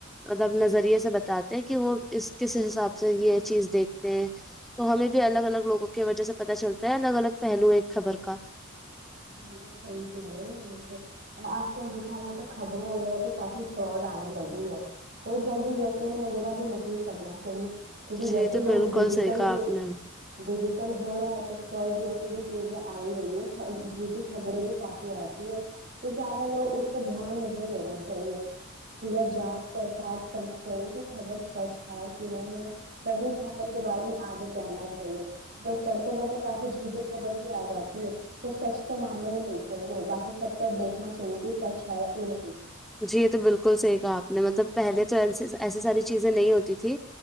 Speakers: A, in the centre; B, on the right.
A: مطلب نظریے سے بتاتے ہیں کہ وہ اس کس حساب سے یہ چیز دیکھتے تو ہمیں بھی الگ الگ لوگوں کی وجہ سے پت چلتا ہے الگ الگ پہلو ہے ایک خبر کا
B: بالکل صحیح کہ راہےمطلب ویسے آج کل دیکھا ہا تو خبریں وغیرہ بھی کافی فاڈ آنے لگی ہے تو جلدی یقین وغیرہ بھی نہیں کرنا چاہیے کیونکہ
A: جی
B: جیسے
A: تو
B: لوگ
A: بالکل
B: ڈیجیٹل
A: صحیح کہا
B: بھی
A: آپ نے
B: ڈیجیٹل ہو رہا ہے تو فراڈ جیسی بھی چیزیں آ ہی رہی ہے خبریں بھی کافی آتی ہے تو زیادہ لوگ اس پر دھیان نہیں دینا چاہیے پورا جان برتال کرنا چاہیے کہ خبر سچ ہے کہ نہیں ہے تبھی خبر کے بارے میں آگے جاننا چاہیے تو پڑھتے پڑھتے کافی جھوٹی خبر بھی آ جاتی ہے تو سچ تو ماننا ہی نہیں چاہیے باقی سب تب دیکھنا چاہیے کہ سچ ہے کہ نہیں
A: جی یہ تو بالکل صحیح کہا آپ نے مطلب پہلے تو ایسی ساری چیزیں نہیں ہوتی تھی